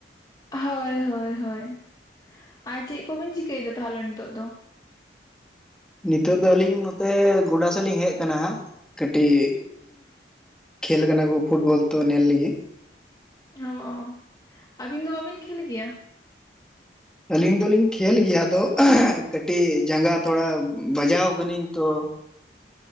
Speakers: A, on the left; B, in the centre.
A: ᱦᱳᱭ ᱦᱳᱭ ᱦᱳᱭ, ᱟᱨ ᱪᱮᱫ ᱠᱚᱵᱤᱱ ᱪᱤᱠᱟᱹᱭᱫᱟ ᱛᱟᱦᱞᱮ ᱱᱤᱛᱚᱜ ᱫᱚ?
B: ᱱᱤᱛᱳᱜ ᱫᱚ ᱟᱹᱞᱤᱧ ᱱᱚᱛᱮ ᱜᱚᱰᱟ ᱥᱮᱫ ᱞᱤᱧ ᱦᱮᱡ ᱠᱟᱱᱟ ᱦᱟᱸᱜ ᱠᱟᱹᱴᱤᱜ ᱠᱷᱮᱞ ᱠᱟᱱᱟ ᱠᱚ ᱯᱷᱩᱴᱵᱚᱞ ᱛᱚ ᱱᱮᱞ ᱞᱟᱹᱜᱤᱫ᱾
A: ᱚ ᱟᱹᱵᱤᱱ ᱫᱚ ᱵᱟᱵᱤᱱ ᱠᱷᱮᱞ ᱜᱮᱭᱟ?
B: ᱟᱹᱞᱤᱧ ᱫᱚᱞᱤᱧ ᱠᱷᱮᱞ ᱜᱮᱭᱟ ᱟᱫᱚ ᱠᱟᱹᱴᱤᱜ ᱡᱟᱸᱜᱟ ᱛᱷᱚᱲᱟ ᱵᱟᱡᱟᱣ ᱠᱟᱱᱟᱹᱧ ᱛᱚ
A: <inaudible>